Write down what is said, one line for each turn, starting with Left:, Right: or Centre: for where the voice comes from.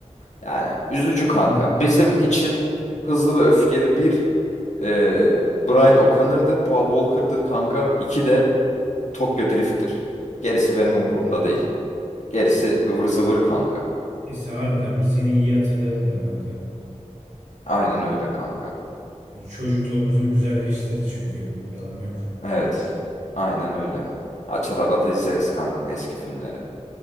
Left: Yani üzücü
Right: Gerçekten
Left: kanka.
Right: oldu
Left: Bizim
Right: ya.
Left: için hızlı ve öfkeli bir e, Brian O'Connor'dır, Paul Walker'dır kanka. İki de Tokyo Drift'tir. Gerisi
Right: Kesinlikle.
Left: benim umurumda değil. Gerisi ıvır zıvır kanka.
Right: Neyse harbiden biz yine iyi hatırlayalım da kanka.
Left: Aynen öyle kanka.
Right: Yani çocukluğumuzu bir güzelleştirdi çünkü. Yalan yok.
Left: Evet. Aynen öyle. Açar arada izleriz kanka eski filmleri.